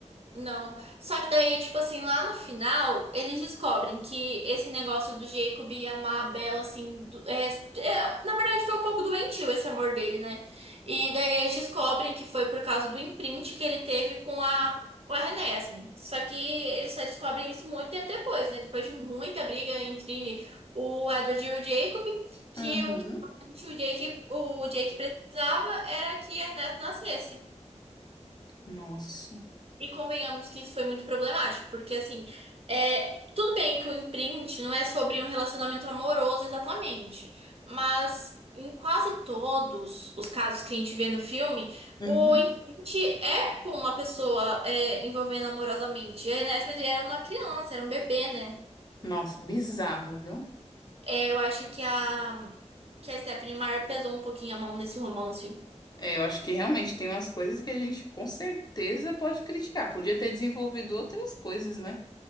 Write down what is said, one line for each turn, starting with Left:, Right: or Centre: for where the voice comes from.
Right: Não. Só que daí, tipo assim, lá no final, eles descobrem que esse negócio do Jacob e amar a Bella, assim, do- é, é- na verdade foi um pouco doentio esse amor dele, né? E daí eles descobrem que foi por causa do imprint que ele teve com a, com a Renesmee. Só que eles só descobrem isso muito tempo depois, né? Depois de muita briga entre o Edward e o Jacob, que
Left: Uhum.
Right: o que realmente o Jake, o Jake precisava era que a Renesmee nascesse.
Left: Nossa.
Right: E convenhamos que isso foi muito problemático, porque assim, é, tudo bem que o imprint não é sobre um relacionamento amoroso exatamente, mas em quase todos os casos que a gente vê no filme,
Left: Uhum.
Right: o imprint é com uma pessoa é, envolvendo amorosamente. E a Enes, ele era uma criança, era um bebê, né?
Left: Nossa, bizarro, viu?
Right: É, eu acho que a, que a Stephanie Meyer pesou um pouquinho a mão nesse romance.
Left: É, eu acho que realmente tem umas coisas que a gente com certeza pode criticar. Podia ter desenvolvido outras coisas, né?